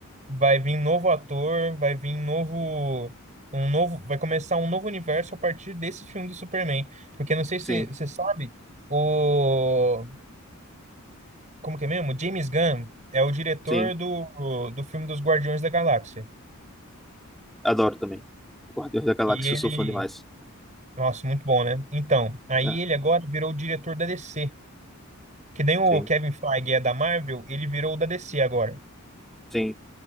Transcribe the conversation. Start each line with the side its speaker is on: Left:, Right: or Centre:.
Right: Vai vir novo ator, vai vir novo, um novo, vai começar um novo universo a partir desse filme do Superman. Porque não sei se
Centre: Sim,
Right: você sabe, o, como que é mesmo? James Gunn é o diretor
Centre: sim.
Right: do, do filme dos Guardiões da Galáxia.
Centre: Adoro também. Guardiões da Galáxia,
Right: E ele,
Centre: eu sou fã demais.
Right: nossa, muito bom, né? Então, aí
Centre: É,
Right: ele agora virou o diretor da DC. Que nem o
Centre: sim,
Right: Kevin Feige é da Marvel, ele virou o da DC agora.
Centre: sim,